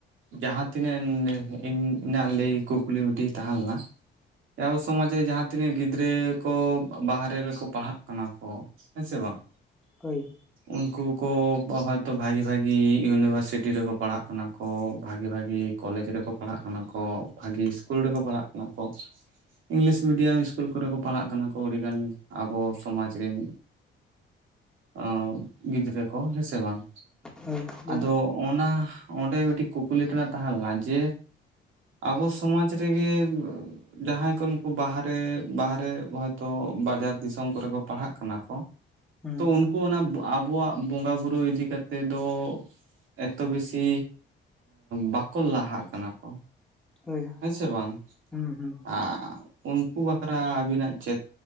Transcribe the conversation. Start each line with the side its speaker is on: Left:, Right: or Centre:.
Right: ᱡᱟᱸᱦᱟ ᱛᱤᱱᱟᱹᱜ <unintelligible> ᱤᱧᱟᱜ ᱞᱟᱹᱭ ᱠᱩᱠᱞᱤ ᱢᱤᱜᱴᱤᱜ ᱛᱟᱦᱮ ᱞᱮᱱᱟ᱾ ᱟᱵᱚ ᱥᱚᱢᱟᱡᱽ ᱨᱮ ᱡᱟᱸᱦᱟ ᱛᱤᱱᱟᱹᱜ ᱜᱤᱫᱽᱨᱟᱹ ᱠᱚ ᱵᱟᱦᱨᱮ ᱨᱮᱠᱚ ᱯᱟᱲᱦᱟᱜ ᱠᱟᱱᱟ ᱠᱚ ᱦᱮᱸ ᱥᱮ ᱵᱟᱝ᱾
Centre: ᱦᱳᱭ
Right: ᱩᱱᱠᱩ ᱠᱚ ᱦᱚᱭᱛᱚ ᱵᱷᱟᱜᱮ ᱵᱷᱟᱜᱤ ᱤᱭᱩᱱᱤᱵᱷᱟᱨᱥᱤᱴᱤ ᱨᱮᱠᱚ ᱯᱟᱲᱦᱟᱜ ᱠᱟᱱᱟ᱾ ᱠᱚ ᱵᱷᱟᱜᱮ ᱵᱷᱟᱜᱤ ᱠᱚᱞᱮᱡᱽ ᱨᱮᱠᱚ ᱯᱟᱲᱦᱟᱜ ᱠᱟᱱᱟ ᱠᱚ ᱵᱷᱟᱜᱤ ᱤᱥᱠᱩᱞ ᱨᱮᱠᱚ ᱯᱟᱲᱦᱟᱜ ᱠᱟᱱᱟ ᱠᱚ᱾ ᱤᱝᱞᱤᱥ ᱢᱤᱰᱤᱭᱟᱢ ᱤᱥᱠᱩᱞ ᱠᱚᱨᱮ ᱠᱚ ᱯᱟᱲᱦᱟᱜ ᱠᱟᱱᱟ ᱠᱚ ᱟᱹᱰᱤ ᱜᱟᱱ ᱟᱵᱚ ᱥᱚᱢᱟᱡᱽ ᱨᱤᱱ᱾ ᱚᱸ ᱜᱤᱫᱽᱨᱟᱹ ᱠᱚ ᱦᱮᱸ ᱥᱮ ᱵᱟᱝ᱾
Centre: ᱦᱳᱭ ᱞᱟᱹᱭ
Right: ᱟᱫᱚ
Centre: ᱵᱤᱱ
Right: ᱚᱱᱟ ᱚᱸᱰᱮ ᱢᱤᱫᱴᱤᱡ ᱠᱩᱠᱞᱤ ᱛᱮᱱᱟᱜ ᱛᱟᱦᱮ ᱞᱮᱱᱟ ᱡᱮ ᱟᱵᱚ ᱥᱚᱢᱟᱡᱽ ᱨᱮᱜᱮ ᱡᱟᱸᱦᱟᱭ ᱠᱚ ᱱᱩᱠᱩ ᱵᱟᱦᱨᱮ ᱵᱟᱦᱨᱮ ᱦᱚᱭᱛᱳ ᱵᱟᱡᱟᱨ ᱫᱤᱥᱚᱢ ᱠᱚᱨᱮ ᱠᱚ ᱯᱟᱲᱦᱟᱜ ᱠᱟᱱᱟ ᱠᱚ,
Centre: ᱦᱩᱸ
Right: ᱛᱚ ᱩᱱᱠᱩ, ᱚᱱᱟ ᱟᱵᱚᱣᱟᱜ ᱵᱚᱸᱜᱟ ᱵᱩᱨᱩ ᱤᱫᱤ ᱠᱟᱛᱮᱜ ᱫᱚ ᱮᱛᱚ ᱵᱮᱥᱤ ᱵᱟᱠᱚ ᱞᱟᱦᱟᱜ ᱠᱟᱱᱟ ᱠᱚ᱾
Centre: ᱦᱳᱭ
Right: ᱦᱮᱸ ᱥᱮ ᱵᱟᱝ
Centre: ᱦᱩᱸ ᱦᱩᱸ
Right: ᱟ ᱩᱱᱠᱩ ᱵᱟᱠᱷᱨᱟ ᱟᱹᱵᱤᱱᱟᱜ ᱪᱮᱫ